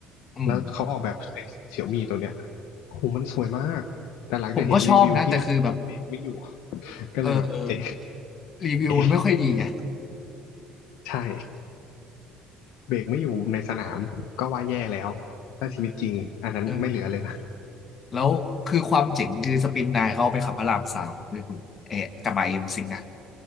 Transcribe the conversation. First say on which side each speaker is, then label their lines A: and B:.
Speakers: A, on the left; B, on the left.
A: อืม
B: แล้วเขาออกแบบไอ้เสี่ยวมีตัวเนี้ยโหูมันสวยมากแต่หลังจะเห็นรีวิวที่
A: ผมก็ชอบนะแต่คือแบบ
B: เบรกไม่อยู่ <laughs> ก็เลยแบบเอ๊ะ
A: เออรีวิวมันไม่ค่อยดีไง
B: เอ๊ะใช่ เบรกไม่อยู่ในสนามก็ว่าแย่แล้วถ้าชีวิตจริงอันนั้นไม่เหลือเลยนะ
A: เออแล้วคือความเจ๋งคือสปินนายเขาเอาไปขับพระรามสามเลยคุณเอ๊ะกลับมาเอ็มซิงนะ